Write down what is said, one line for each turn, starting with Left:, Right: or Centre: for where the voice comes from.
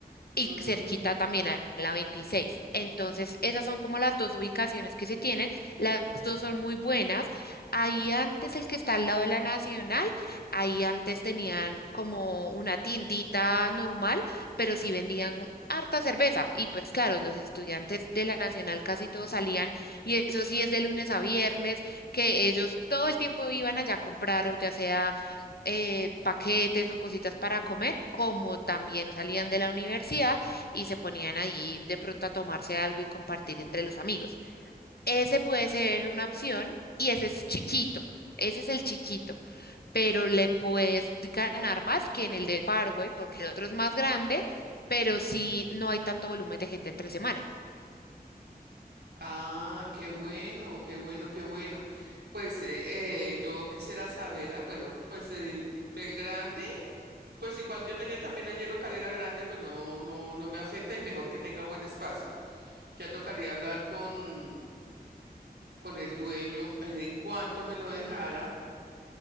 Left: y
Right: Mm,
Left: cerquita también a la veintiséis Entonces, esas son como las dos ubicaciones que se tienen. Las dos son muy buenas. Ahí antes, el que está al lado de la Nacional, ahí antes tenían como una tiendita normal, pero sí vendían harta cerveza. Y pues claro, los estudiantes de la Nacional casi todos salían, y eso sí es de lunes a viernes, que ellos todo el tiempo iban allá a comprar, o ya sea eh, paquetes o cositas para comer, como también salían de la universidad y se ponían allí de pronto a tomarse algo y compartir entre los amigos. Ese puede ser una opción y ese es chiquito. Ese es el chiquito, pero le puedes ganar más que en el de Parkway, porque el otro es más grande, pero sí no hay tanto volumen de gente entre semana.
Right: ah, qué bueno, qué bueno, qué bueno. Pues eh, eh, yo quisiera saber, ah, bueno, pues eh, el grande, pues igual yo tenía también ayer calera grande, pues no, no, no me afecta y mejor que tenga buen espacio. Ya tocaría hablar con con el dueño en, en cuanto me lo dejara